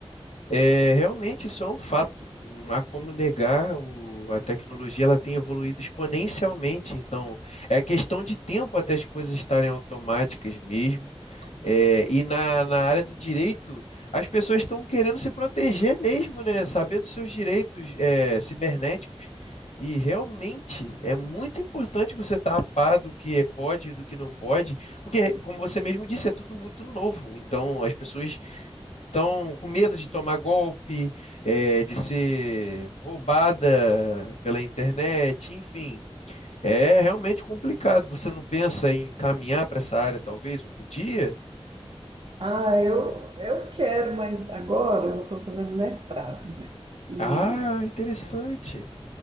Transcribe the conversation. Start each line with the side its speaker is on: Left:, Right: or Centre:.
Left: É, realmente isso é um fato. Não há como negar, o- a tecnologia ela tem evoluído exponencialmente, então é questão de tempo até as coisas estarem automáticas mesmo. É, e na, na área do direito, as pessoas estão querendo se proteger mesmo, né? Saber dos seus direitos, é, cibernéticos. E realmente é muito importante você estar a par do que é- pode e do que não pode, porque, como você mesmo disse, é tudo muito novo. Então, as pessoas estão com medo de tomar golpe, é, de ser roubada pela internet, enfim. É realmente complicado. Você não pensa em caminhar para essa área, talvez, um dia?
Right: Ah, eu, eu quero, mas agora eu estou fazendo mestrado e
Left: Ah, interessante.